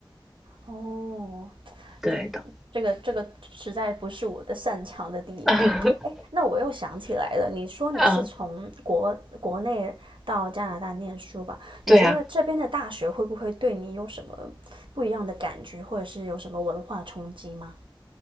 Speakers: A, on the right (about 80°); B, in the centre.
A: 哦，
B: 对的。
A: 对，这个这个实在不是我的擅长的地方。
B: <laughs>
A: 哎，那我又想起来了，你说你是从国国内到加拿大念书吧？
B: 嗯，对呀、
A: 你觉得这边的大学会不会对你有什么不一样的感觉，或者是有什么文化冲击吗？